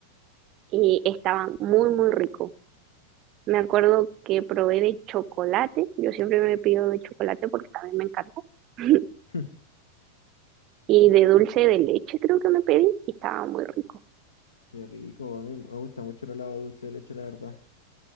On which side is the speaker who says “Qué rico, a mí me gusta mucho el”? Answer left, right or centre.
Left